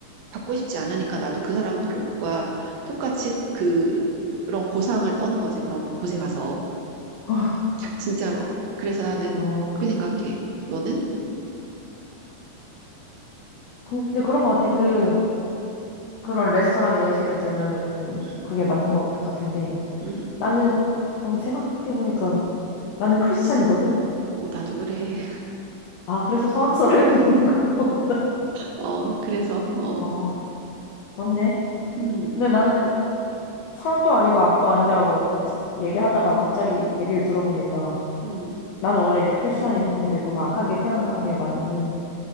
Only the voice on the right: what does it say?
받고 싶지 않으니까 나도 그 사람들과 똑같이 그 그런 고상을 떠는 거지. 그런 곳에 가서
<laughs> 진짜로. 그래서 나는
그렇게 생각해. 너는?
음,
음,
어, 나도 그래. <laughs>
어, 그래서 어,
음,
음,